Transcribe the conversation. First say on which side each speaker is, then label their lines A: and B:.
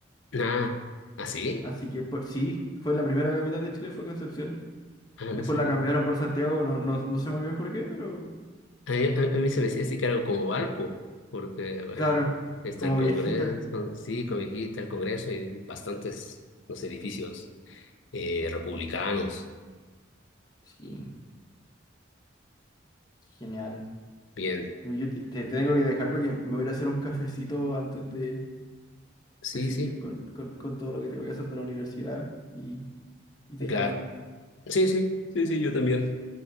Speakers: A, on the left; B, on the left.
A: Ah, ¿así?
B: Así que por, sí, fue la primera capital de Chile, fue Concepción.
A: Ah,
B: Después
A: no sé.
B: la cambiaron por Santiago, no, no, no sé muy bien por qué, pero
A: A mí, a- a mí se me hacía así que era como Valpo, porque bueno,
B: claro,
A: está
B: como
A: el Congreso,
B: viejita.
A: sí, Cobijita, el Congreso y bastantes los edificios eh, republicanos.
B: Sí, genial.
A: Bien,
B: Yo yo te, te tengo que dejar porque me voy a ir a hacer un cafecito antes de,
A: sí,
B: de seguir
A: sí,
B: con, con- con todo lo que tengo que hacer de la universidad y, y te llamo.
A: claro. Sí, sí, sí, sí, yo también.